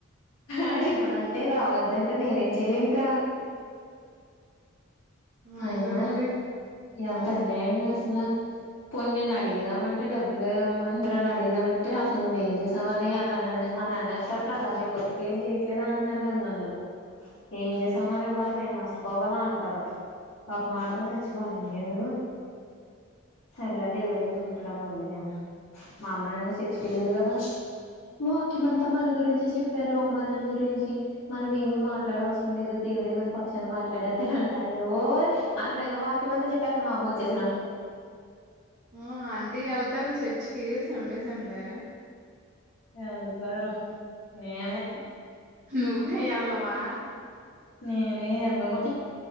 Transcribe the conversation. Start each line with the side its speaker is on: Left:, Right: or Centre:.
Left: ఆడిపునంటే
Right: హ్మ్.
Left: రావద్దన్ టె నేనేం చేయనింకా
Right: అవును
Left: అయినా
Right: కదా మరి!
Left: ఎంత
Right: అవును.
Left: అన్యాయమే అసలా పోని నేను అడిగిదామంటే డబ్బులేవన్నని సరే అని అడిగిదామంటే, అసలు నువ్వేం చేసావని అననని అననేత్తారు కదా, నీ వర్క్ ఏం చెయట్లేదు అంటున్నారు కదా నన్ను ఏం చేసామ
Right: హ్మ్.
Left: మేము నష్టపోవాల అంటారు. ఒక మాటతో చచ్చిపోవాలి. ఇంకెందుకు? సర్లే
Right: హ్మ్.
Left: దేవుడే చూసుకుంటాడని వదిలేశాను. మా అమ్మ నాన్న చర్చికెళ్ళింది కదా! వాక్యమంతా మన గురించే చెప్పారు. అవమానాల గురించి మనం ఏమి మాట్లాడ అవసరం లేదు, దేవుడేమన పక్షాన మాట్లాడేతడంట. ఎవో అక్కడున్న వాక్యం అంతా చెప్పేత్తాంది. మా అమ్మోచ్చేసి నాకు.
Right: మ్ ఆంటీ వెళ్తారు చర్చ్ కి? Sunday Sunday.
Left: ఎల్తారు.
Right: హ్మ్.
Left: నేనే
Right: నువ్వే ఎల్లవా?
Left: నేను ఎళ్ళను